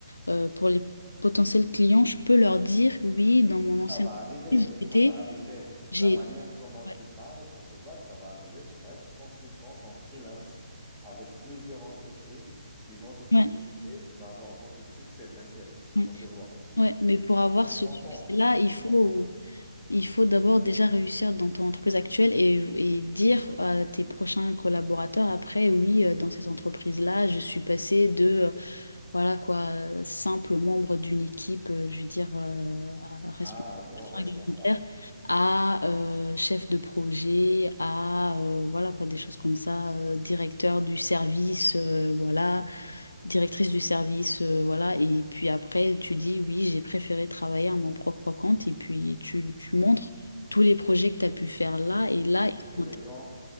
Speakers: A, on the left; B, in the centre.
A: euh, pour les potentiels clients, je peux leur dire, oui, dans mon ancienne
B: Ça va arriver,
A: entreprise, j'étais,
B: ça va arriver.
A: j'ai...
B: La manière comment
A: Ouais,
B: tu parles, ça se voit que ça va arriver. Tu vas être consultante en freelance avec plusieurs entreprises. Ils vont te solliciter.
A: ouais,
B: Tu vas avoir beaucoup de succès, t'inquiète.
A: ouais,
B: Ça se voit.
A: ouais. Mais pour avoir
B: Ça
A: ce
B: s'entend.
A: succès-là, il
B: Ça
A: faut,
B: s'entend.
A: il faut d'abord déjà réussir dans ton entreprise actuelle et, et dire à tes prochains collaborateurs après, oui, euh, dans cette entreprise-là, je suis passée de euh, voilà quoi, euh, simple membre d'une équipe, euh, je veux dire, euh, à- responsable
B: Ah, un grand
A: affaires
B: responsable.
A: alimentaires, à euh, chef de projet, à euh, voilà quoi, des choses comme ça, euh, directeur du service, euh, voilà, directrice du service, euh, voilà, et puis après tu dis oui, j'ai préféré travailler à mon propre compte, et puis tu, tu montres tous les projets que tu as pu faire là, et là,
B: Bah, Surtout
A: ils
B: que
A: sont
B: les
A: intér-
B: gens,